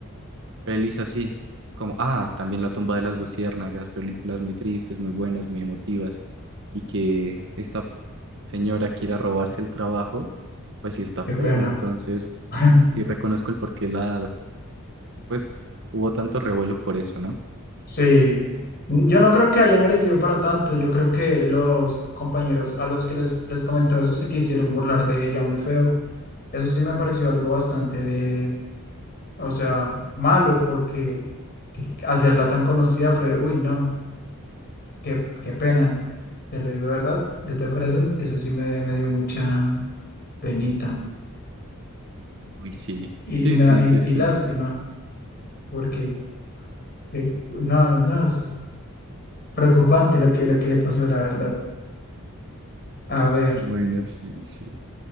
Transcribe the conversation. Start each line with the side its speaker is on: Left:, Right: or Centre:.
Right: pelis así, como, ah, también La tumba de las luciérnagas, películas muy tristes, muy buenas, muy emotivas, y que esta señora quiera robarse el trabajo, pues sí está
Left: qué
Right: feo,
Left: pena.
Right: entonces
Left: <laughs>
Right: sí reconozco el por qué la, pues hubo tanto revuelo por eso, ¿no?
Left: Sí, yo no creo que haya merecido para tanto. Yo creo que los compañeros a los que les, les comentó eso se quisieron burlar de ella muy feo. Eso sí me pareció algo bastante, o sea, malo porque que- hacerla tan conocida fue, uy, no. Qué, qué pena, te lo digo de verdad, de todo corazón, eso sí me, me dio mucha penita
Right: Uy, sí,
Left: y,
Right: sí,
Left: y, me,
Right: sí,
Left: y,
Right: sí es cierto.
Left: y lástima, porque que, no, no, eso es preocupante lo que, lo que le pasó, la verdad. A ver,
Right: Bueno, sí, sí.